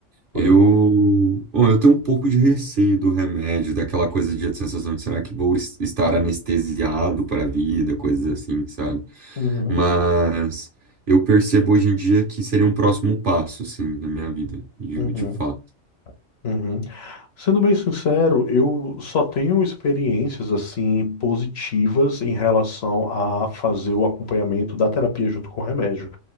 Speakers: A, on the left (about 60°); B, on the right (about 50°).
A: Pois
B: Eu,
A: é.
B: bom, eu tenho um pouco de receio do remédio, daquela coisa de sensação de será que vou es- estar anestesiado para a vida, coisas assim, sabe?
A: Uhum,
B: Mas eu percebo hoje em dia que seria um próximo passo, sim, na minha vida, de,
A: uhum,
B: de fato.
A: uhum. Sendo bem sincero, eu só tenho experiências assim positivas em relação a fazer o acompanhamento da terapia junto com o remédio.